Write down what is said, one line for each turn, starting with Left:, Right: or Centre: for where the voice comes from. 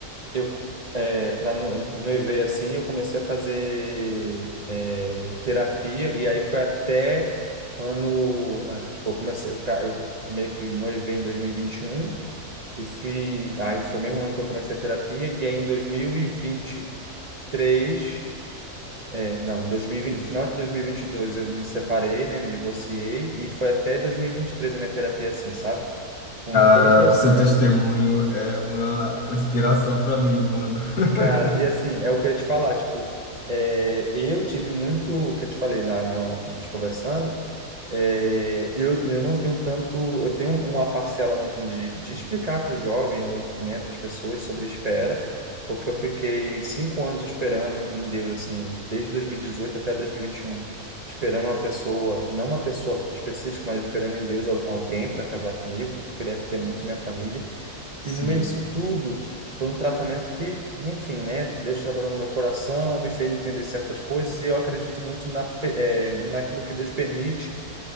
Right: eu, é, para noivei assim, eu comecei a fazer, é, terapia. E aí foi até ano, ah, tipo, eu comecei, eu, ca- eu meio que noivei em dois mil e e vinte e um e fui, aí foi o mesmo ano que eu comecei a terapia, e aí em dois mil e vinte e três é, não, dois mil e vinte final de dois mil e e vinte e dois eu me separei, né, me divorciei, e foi até dois mil e e vinte e três a minha terapia assim, sabe? Com
Left: Cara,
Right: todo o processo,
Left: seu testemunho é uma inspiração pra mim, mano. <laughs>
Right: Cara, e assim, é o que eu ia te falar, tipo, é, eu tive muito, o que eu te falei lá, né, um- nós conversando, é, eu, eu não tenho tanto, eu tenho uma parcela né, de, de explicar para o jovem, ou, né, para as pessoas sobre espera, porque eu fiquei cinco anos esperando em Deus, assim, desde 2018 até 2021, esperando uma pessoa, não uma pessoa específica, mas esperando em Deus al- alguém para casar comigo, porque eu queria ter muito minha família.
Left: Sim,
Right: E no meio disso tudo, foi um tratamento que, enfim, né? Deus trabalhou no meu coração, me fez entender certas coisas, e eu acredito muito na, pe- eh, naquilo que Deus permite,